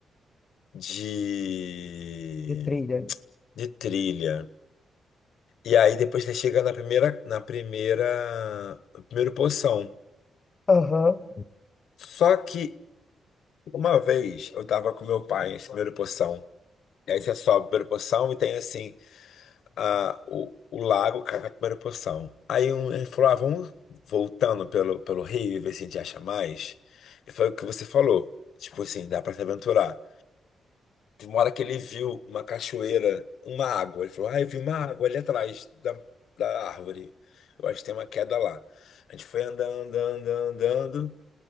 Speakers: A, on the left (about 75°); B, on the left (about 30°).
A: de,
B: de trilha.
A: de trilha. E aí depois você chega na primeira, na primeira, no primeiro poção.
B: Aham.
A: Só que Uma vez eu tava com meu pai em primeira posição. E aí você sobe a primeira posição e tem assim a, o, o lago com a primeira posição. Aí um, ele falou: ah, vamos voltando pelo, pelo rio e ver se a gente acha mais. E foi o que você falou. Tipo assim, dá pra se aventurar. Tem uma hora que ele viu uma cachoeira, uma água. Ele falou: ah, eu vi uma água ali atrás da, da árvore. Eu acho que tem uma queda lá. A gente foi andando, andando, andando.